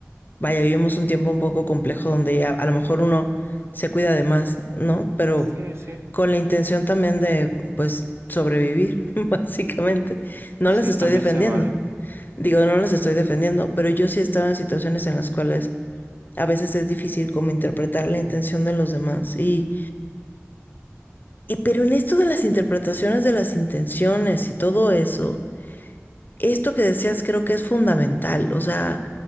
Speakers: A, on the left; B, on the right.
A: Vaya, vivimos un tiempo un poco complejo donde ya a lo mejor uno se cuida de más, ¿no? Pero
B: Sí, sí,
A: con la intención también de, pues, sobrevivir, <laughs> básicamente. No
B: sí,
A: las estoy
B: también
A: defendiendo.
B: se vale.
A: Digo, no las estoy defendiendo, pero yo sí he estado en situaciones en las cuales a veces es difícil como interpretar la intención de los demás. Y, y pero en esto de las interpretaciones de las intenciones y todo eso, esto que decías creo que es fundamental. O sea,